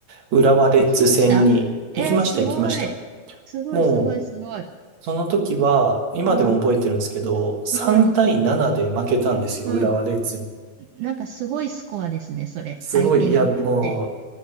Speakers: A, on the right; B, on the right.
A: 浦和レッズ戦に行きました、
B: 行きましたえー、すごい。
A: 行きました。
B: すごい、
A: も
B: すごい、すごい。
A: その時は、今でも覚えてるんですけど、
B: うん、
A: 3対7で負けたんですよ、
B: うん、うん。
A: 浦和レッズに。
B: なんかすごいスコアですね、それ。
A: すごい、
B: 相手なんかって。
A: いや、もう、